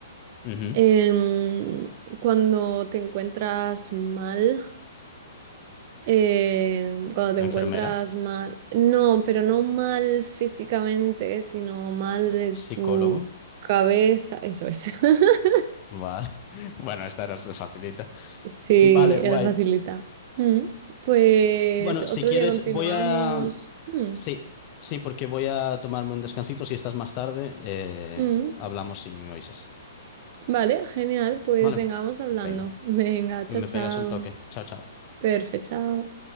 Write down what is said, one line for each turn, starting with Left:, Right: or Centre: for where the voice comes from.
Left: Ujú.
Right: Em, cuando te encuentras mal, em, cuando te
Left: Enfermera,
Right: encuentras mal, no, pero no mal físicamente, sino mal de
Left: psicólogo.
Right: tu cabeza, eso es. <laughs>
Left: Vale. <laughs> Bueno, esta era facilita.
Right: Sí,
Left: Vale, guay.
Right: era facilita. Mm, Pues
Left: Bueno,
Right: otro
Left: si quieres,
Right: día continuamos.
Left: voy a...
Right: Mm.
Left: Sí, sí, porque voy a tomarme un descansito. Si estás más tarde, eh,
Right: Mm,
Left: hablamos y me avisas.
Right: vale, genial. Pues
Left: Vale,
Right: venga, vamos hablando.
Left: venga,
Right: <laughs> Venga, chao,
Left: me
Right: chao.
Left: pegas un toque. Chao, chao.
Right: Perfecto, chao.